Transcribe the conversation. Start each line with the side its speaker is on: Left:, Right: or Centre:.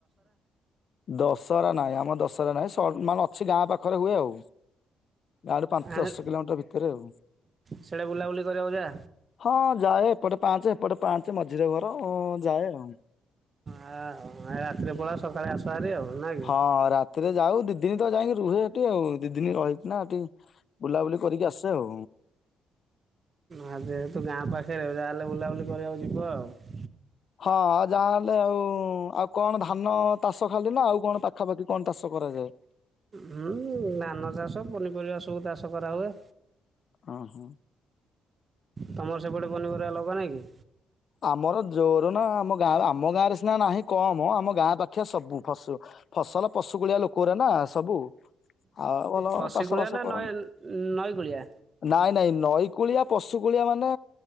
Left: ଦଶହରା ନାଇଁ ଆମ ଦଶହ ନାଇଁ ମାନେ ଅଛି ଗାଁ ପାଖରେ ହୁଏ ଆଉ ଗାଁ ରୁ ପାଞ୍ଚ
Right: ଆଣି
Left: ଦଶ କିଲୋମିଟର ଭିତରେ ଆଉ
Right: ସିଆଡ଼େ ବୁଲାବୁଲି କରିବାକୁ ଯା
Left: ହଁ ଯାଏ । ଏପଟେ ପାଞ୍ଚେ ଏପଟେ ପାଞ୍ଚେ ମଝିରେ ଘର ଯାଏ ଆଉ
Right: ଆଉ ଆ ରାତିରେ ପଳା ସକାଳେ ଆସହାରି ଆଉ। ନା କି
Left: ହଁ ରାତିରେ ଯାଉ ଦିଦିନି ତ ଯାଇ ରୁହେ ଏଠି ଆଉ ଦିଦିନି ରହିକିନା ଏଠି ବୁଲାବୁଲି କରିକି ଆସେ ଆଉ।
Right: ଆ ତ ଗାଁ ପା ସେ ଯାହା ହେଲେବୁଲି କରିବାକୁ ଯିବ ଆଉ।
Left: ହଁ ଆଉ ଯାହାହେଲେ ଆଉ ଆଉ କଣ ଧାନ? ଚାଷ ଖାଲି ନା ଆଉ କଣ ପାଖାପାଖି କଣ ଚାଷ କରାଯାଏ?
Right: ହୁଁ ଧାନ ଚାଷ ପନିପରିବା ସବୁ ଚାଷ କରାହୁଏ।
Left: ଓହୋ।
Right: ତମର ସେପଟେ ପନିପରିବା ଲଗା ନାଇଁ କି?
Left: ଆମର ଜୋର ନା ଆମ ଗାଁ ଆମ ଗାଁରେ ସିନା ନାହିଁ କମ ଆମ ଗାଁ ପାଖିଆ ସବୁ ଫସ ଫସଲ ପଶୁ କୁଳିଆ ଲୋକଓରା ନା ସବୁ। ଆଉ ଭଲ
Right: ପଶିକୁଳିଆ
Left: ଚାଷ ବାସ
Right: ନା
Left: କରନ୍ତି।
Right: ନଈ ନଈକୂଳିଆ
Left: ନାଇଁ ନାଇଁ ନଈ କୂଳିଆ ପଶୁ କୁଳିଆ ମାନେ